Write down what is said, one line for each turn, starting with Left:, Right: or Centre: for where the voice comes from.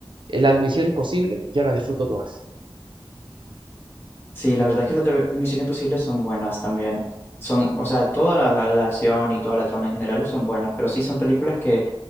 Right: en La Misión Imposible, yo las disfruto todas.
Left: Sí, la verdad es que las de Misión Imposible son buenas también. Son, o sea, toda la, la- la acción y toda la trama en general son buenas, pero sí son películas que